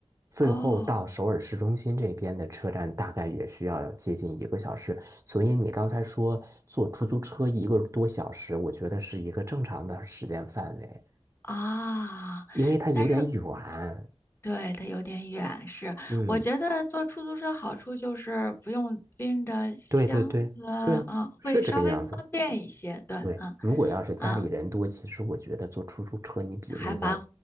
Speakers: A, on the right; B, on the left.
A: 最后到首尔市中心这边的车站大概也需要接近一个小时。
B: 哦
A: 所以你刚才说坐出租车一个多小时，我觉得是一个正常的时间范围，
B: 啊，
A: 因为它有点远。
B: 但是对，它有点远，是我觉得坐出租车好处就是不用拎着箱子，
A: 嗯。对对对对，
B: 啊，
A: 是这个样子。
B: 会稍微方便一些。对，
A: 对，
B: 啊
A: 如果要是家里人多，
B: 啊。嗯
A: 其实我觉得坐出租车你比那个，
B: 还蛮